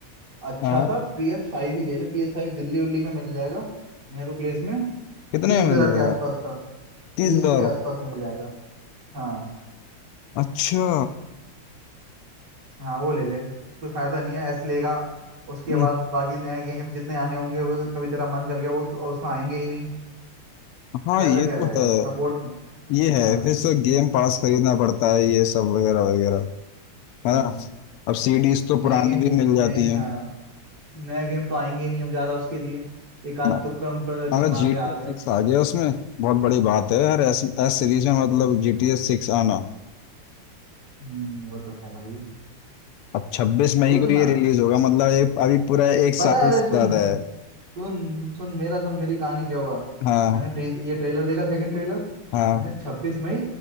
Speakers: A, on the right; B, on the left.
A: अच्छा
B: हाँ
A: सा पी एस फाइव ही ले ले पी एस फाइव दिल्ली उल्ली में मिल जाएगा नेहरू प्लेस में
B: कितने
A: तीस
B: में
A: हजार
B: मिल जाएगा
A: के आसपास का
B: तीस
A: तीस
B: हजार
A: के आसपास मिल जाएगा हाँ
B: अच्छा
A: हाँ वो ले ले कोई फायदा नहीं है एस लेगा उसके
B: हम्म,
A: बाद बाकी नए गेम जितने आने होंगे वो कभी तेरा मन कर गया वो तो उसमें आएंगे ही नहीं
B: हाँ
A: फायदा
B: ये
A: क्या
B: तो
A: रहेगा
B: है
A: सपोर्ट
B: ये है
A: हाँ
B: फिर से गेम पास खरीदना पड़ता है ये सब वगैरह वगैरह
A: हाँ
B: है ना अब सीडीज तो पुरानी
A: नए गेम
B: भी मिल
A: नए
B: जाती हैं
A: हाँ नए गेम तो आएंगे ही नहीं अब ज्यादा उसके लिए एक आध
B: हाँ,
A: तुक्कड़ मुक्कड़ का गेम
B: अगर
A: आ
B: जी
A: गया
B: टी
A: आ
B: ए
A: गया
B: सिक्स आ गया उसमें बहुत बड़ी बात है यार एस, एस सीरीज में मतलब जी टी ए सिक्स आना
A: हम्म वो तो है भाई
B: अब छब्बीस
A: सोचना
B: मई को ये रिलीज होगा मतलब एक अभी पूरा एक साल
A: पता है
B: से
A: अरे सुन
B: ज्यादा है
A: सुन सुन मेरा सुन मेरी कहानी क्या हुआ
B: हाँ
A: मैंने ट्रे, ये ट्रेलर देखा सेकंड ट्रेलर
B: हाँ
A: मैंने छब्बीस मई